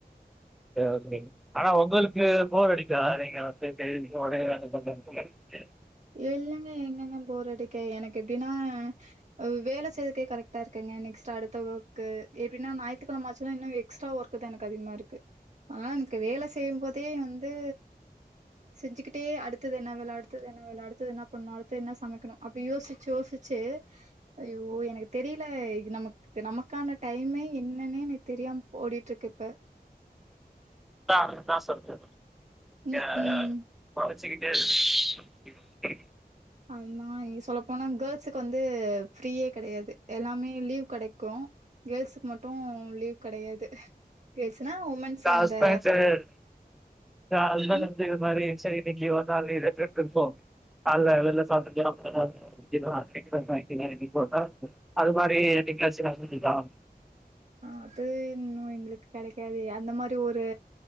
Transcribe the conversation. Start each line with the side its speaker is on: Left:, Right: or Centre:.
Centre: <unintelligible> ஆனா உங்களுக்கு போர் அடிக்கா நீங்க வந்து கேள்வி உனே <unintelligible>
Right: இல்லங்க எங்கெங்க போற அடிக்க எனக்கு எப்டின்னா வ் வேல செய்றதுக்கு கரெக்டா இருக்கங்க நெக்ஸ்ட்டு அடுத்த ஒர்க் எப்படினா ஞாயித்துக்கெழம ஆச்சுனா இன்னு எஸ்ட்ரா ஒர்க் க்குத எனக்கு அதிகமா இருக்கு ஆண்க்கு வேல செய்யும்போதே வந்து செஞ்சுக்கிட்டே அடுத்தது என்ன வேல அடுத்தது என்ன வேல அடுத்துது என்னா பண்ணணு அடுத்து என்னா சமைக்கணு அப்டி யோசிச்சு யோசிச்சு ஐயோ எனக்கு தெரியல இது நமக்கு இது நமக்கான டைமே என்னன்னே எனக்கு தெரியாம ஓடிட்ருக்கு இப்ப
Centre: அதா அதா சொல்றது
Right: ம்
Centre: <unintelligible>
Right: ம்
Centre: மொறைச்சுகிட்டே இருக்கு ம் ம்
Right: அன்னாய் சொல்லப் போனா கேர்ள்ஸுக்கு வந்து ஃப்ரீயே கெடையாது எல்லாமே லீவ் கெடைக்கு கேர்ள்ஸுக்கு மட்டு லீவ் கெடையாது கேர்ள்ஸ்னா உமன்ஸ்
Centre: தாஸ்பேன்ஸர்
Right: அந்த
Centre: அதுதா
Right: ம்
Centre: நந்து இது மாரி சரீனு இங்க வந்தா இத ப இருப்போ காலைல என்னென்ன சாப்ட்ருக்க <unintelligible> <unintelligible> இன்னைக்கு ஒரு நாள் அது மாரி என்னைக்காச்சு நடந்துக்குதா
Right: அது இன்னு எங்களுக்கு கெடைக்காது அந்த மாரி ஒரு